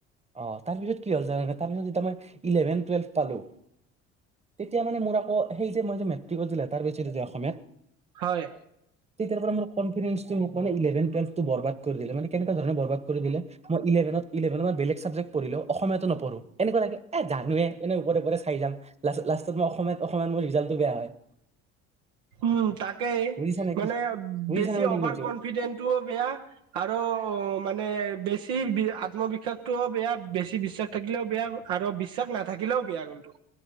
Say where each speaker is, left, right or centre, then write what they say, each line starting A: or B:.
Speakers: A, on the right; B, on the right.
A: অ', তাৰপিছত কি হ'ল যেনেকে তাৰপিছত যেতিয়া মই ইলেভেন টুৱেল্ভ পালো। তেতিয়া মানে মোৰ আকৌ সেই যে মই যে মেট্ৰিকত যে লেটাৰ পাইছোঁ যে অসমীয়াত।
B: হয়।
A: তেতিয়াৰ পৰা মোৰ কনফিডেঞ্চটোৱে মোক মান ইলেভন টোৱেলভটো বৰবাদ কৰি দিলে, মানে কেনেকা ধৰনে বৰবাদ কৰি দিলে মোৰ ইলেভে ইলেভেনত মই বেলেগ চা চাবজেক্ট পঢ়িলেও অসমীয়াটো নপঢ়োঁ, এনেকুৱা লাগে এ জানোৱে এনে ওপকে ওপৰে চাই যাম। লাষ্টত লাষ্টত মই অসমীয়া অকমান মোৰ ৰিজাল্টটো বেয়া হয়।
B: উম, তাকে
A: বুজিছা নে
B: মানে
A: কি বুজিছা
B: বেছি
A: নে মই কি
B: অভাৰ
A: কৈছোঁ
B: কনফিডেন্টটোও বেয়া, আৰু মানে বেছি আত্মবিশ্বাসটোও বেয়া, বেছি বিশ্বাস থাকিলেও বেয়া আৰু বিশ্বাস নাথাকিলেও বেয়া কিন্তু।